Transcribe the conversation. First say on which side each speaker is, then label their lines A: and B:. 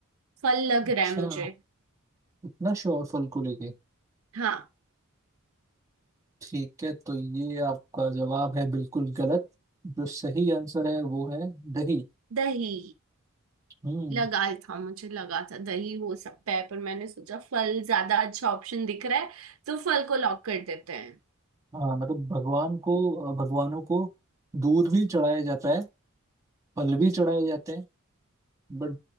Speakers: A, on the right (about 70°); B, on the right (about 15°).
A: फल लग
B: अच्छा
A: रहा है मुझे
B: इतना श्योर फल को लेके
A: हाँ
B: ठीक है तो ये आपका जवाब है बिल्कुल गलत जो सही आंसर है वो है दही
A: दही
B: हम्म
A: लगा था मुझे लगा था दही हो सकता है पर मैंने सोचा फल ज्यादा अच्छा ऑप्शन दिख रहा है तो फल को लॉक कर देते हैं
B: हाँ मतलब भगवान को भगवानों को दूध भी चढ़ाया जाता है फल भी चढ़ाए जाते हैं बट